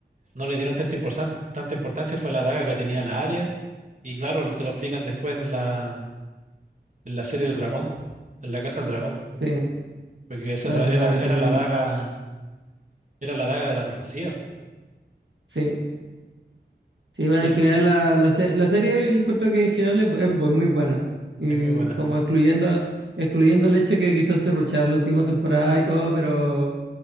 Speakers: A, on the right; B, on the right.
A: no le dieron tanta importan- tanta importancia fue la daga que tenía la Arya. Y claro, lo- te lo explican después en la, en la serie del dragón, en la Casa del Dragón.
B: Sí,
A: Porque esa
B: la
A: era,
B: Casa del
A: era,
B: Dragón también.
A: era la daga, era la daga de la profecía.
B: Sí, sí, bueno,
A: Y
B: en
A: Es
B: general la, la, se- la serie yo encuentro que en general es, es bu- muy buena. Y
A: es muy buena.
B: como excluyendo, excluyendo el hecho que quizás se rucharon la última temporada y todo, pero